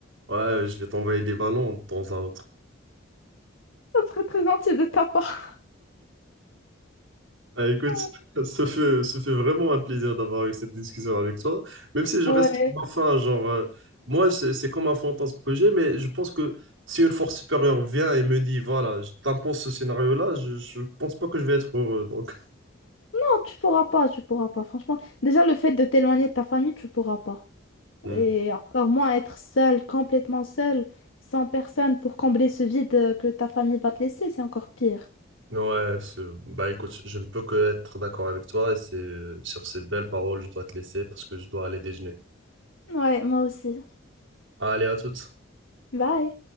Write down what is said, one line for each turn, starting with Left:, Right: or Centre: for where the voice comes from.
Right: ouais, je vais t'envoyer des ballons de temps à autre.
Left: Ça serait très gentil de ta part.
Right: Ah, écoute,
Left: <laughs>
Right: <laughs> ça fait, ça fait vraiment un plaisir d'avoir eu cette discussion avec toi. Même si je
Left: Ouais.
Right: reste enfin, genre, euh, moi, c'est c'est comme un fantasme que j'ai, mais je pense que si une force supérieure vient et me dit, voilà, je t'impose ce scénario-là, je, je pense pas que je vais être heureux. Donc,
Left: Non, tu pourras pas, tu pourras pas. Franchement, déjà le fait de t'éloigner de ta famille, tu pourras pas.
Right: Hmm.
Left: Et encore moins être seule, complètement seule, sans personne pour combler ce vide euh, que ta famille va te laisser, c'est encore pire.
Right: Ouais, c'est- bah écoute, je ne peux que être d'accord avec toi et c'est sur ces belles paroles, je dois te laisser parce que je dois aller déjeuner.
Left: Ouais, moi aussi.
Right: Allez, à toutes.
Left: Bye.